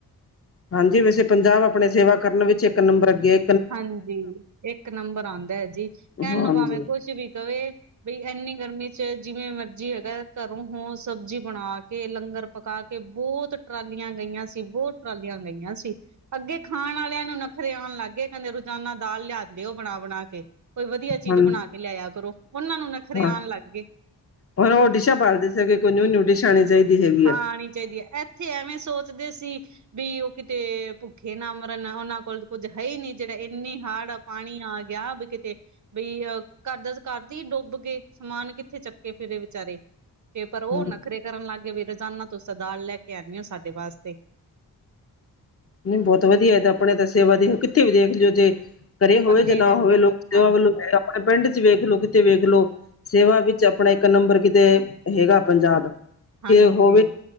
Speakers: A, on the left; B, on the right.
A: ਹਾਂਜੀ ਵੈਸੇ ਪੰਜਾਬ ਆਪਣੇ ਸੇਵਾ ਕਰਨ ਵਿੱਚ, ਇੱਕ ਨੰਬਰ ਅੱਗੇ ਐ।
B: ਹਾਂਜੀ ਇੱਕ ਨੰਬਰ ਆਉਂਦਾ ਹੈ ਜੀ, ਕਹਿ
A: ਹਾਂਜੀ
B: ਨੂੰ ਭਾਵੇਂ ਕੁਛ ਵੀ ਕਵੇ ਬਈ ਇੰਨੀ ਗਰਮੀ ਚ ਜਿਵੇਂ ਮਰਜੀ ਹੈਗਾ, ਘਰੋਂ ਹੋ ਸਬਜ਼ੀ ਬਣਾ ਕੇ, ਲੰਗਰ ਪਕਾ ਕੇ ਬਹੁਤ ਟਰਾਲੀਆਂ ਗਈਆਂ ਸੀ, ਬਹੁਤ ਟਰਾਲੀਆਂ ਗਈਆਂ ਸੀ। ਅੱਗੇ ਖਾਣ ਵਾਲਿਆਂ ਨੂੰ ਨੱਖਰੇ ਆਉਣ ਲੱਗ ਗਏ। ਦੇ ਰੋਜ਼ਾਨਾ ਦਾਲ ਲਿਆਂਓਦੇ ਬਣਾ ਬਣਾ ਕੇ, ਕੋਈ ਵਧੀਆ ਚੀਜ਼
A: ਹਾਂ
B: ਬਣਾ ਕੇ ਲਿਆਆ ਕਰੋ, ਉਹਨਾਂ ਨੂੰ ਨਾ ਨੱਖਰੇ
A: ਹਾਂ
B: ਆਉਣ ਲੱਗ ਗਏ।
A: ਹੁਣ ਉਹ ਡਿਸ਼ਾਂ ਪਾਲਦੇ ਸੀਗੇ, ਕੋਈ ਨਿਊ ਨਿਊ ਡਿਸ਼ ਆਣੀ ਚਾਹੀਦੀ ਹੈਗੀ।
B: ਹਾਂ
A: ਆ।
B: ਆਉਣੀ ਚਾਹੀਦੀ ਹੈ, ਇਹ ਇੱਥੇ ਐਵੇਂ ਸੋਚਦੇ ਸੀ, ਬੀ ਉਹ ਕਿਤੇ ਭੁੱਖੇ ਨਾ ਮਰਨ, ਉਹਨਾਂ ਕੋਲ ਕੁੱਝ ਹੈ ਹੀ ਨਹੀ ਜਿਹੜਾ ਇੰਨੀ ਹਾੜ ਆ ਪਾਣੀ ਆ ਗਿਆ ਵੀ ਕਿਤੇ ਬਈ ਅਹ ਘਰ ਕਰਦੀ ਡੁੱਬ ਗਏ ਸਮਾਨ ਕਿੱਥੇ ਚੱਕੇ ਫਿਰ ਵਿਚਾਰੇ ਤੇ ਪਰ ਉਹ
A: ਹੂੰ,
B: ਨਖਰੇ ਕਰਨ ਲੱਗ ਗਏ ਵੀ ਰੋਜ਼ਾਨਾ ਤੁਸੀਂ ਦਾਲ ਲੈ ਕੇ ਆਣੀ ਹੈ ਸਾਡੇ ਵਾਸਤੇ
A: ਨਹੀਂ ਬਹੁਤ ਵਧੀਆ ਇਹ ਤਾਂ ਆਪਣੇ ਸੇਵਾ ਕਿੱਥੇ ਵੀ ਦੇਖ ਲਓ ਜੇ ਕਰੇ ਹੋਵੇ
B: ਅੱਗੇ
A: ਜਾਂ ਨਾ
B: ਹੀ ਰਹਿੰਦੇ
A: ਹੋਵੇ
B: ਆ।
A: ਲੋਕ ਸੇਵਾ
B: ਹਾਂਜੀ
A: ਵੱਲੋਂ ਆਪਣੇ ਪਿੰਡ ਚ ਵੇਖ ਲੋ, ਕਿਤੇ ਵੇਖ ਲੋ, ਸੇਵਾ ਵਿੱਚ ਆਪਣਾ ਇੱਕ ਨੰਬਰ ਕਿਤੇ ਹੈਗਾ ਪੰਜਾਬ।
B: ਹਾਂਜੀ
A: ਕਿ ਹੋਵੇ